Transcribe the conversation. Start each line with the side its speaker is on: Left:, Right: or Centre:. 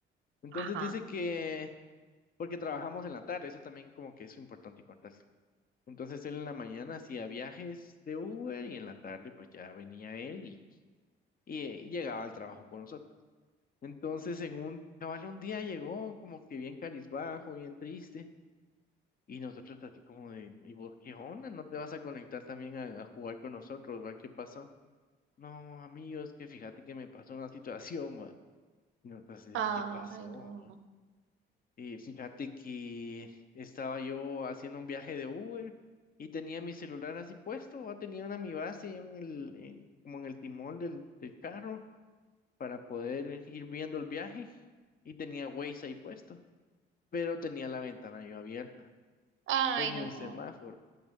Left: Entonces
Right: Ajá.
Left: dice que, porque trabajamos en la tarde, eso también como que es importante contarlo. Entonces él en la mañana hacía viajes de Uber y en la tarde pues ya venía él y, y eh, llegaba al trabajo con nosotros. Entonces en un, cabal un día llegó como que bien carizbajo, bien triste. Y nosotros así como de, ¿y vos qué onda? ¿No te vas a conectar también a, a jugar con nosotros? ¿Va? ¿Qué pasó? No, amigos, que fíjate que me pasó una situación, va. Y nosotros así de,
Right: Ay,
Left: ¿qué pasó?
Right: no.
Left: va?". Y fíjate que estaba yo haciendo un viaje de Uber y tenía mi celular así puesto, va. Tenía una mi base en el, en- como en el timón del, del carro para poder ir viendo el viaje y tenía Waze ahí puesto, pero tenía la ventana yo abierta
Right: Ay,
Left: en
Right: no.
Left: un semáforo.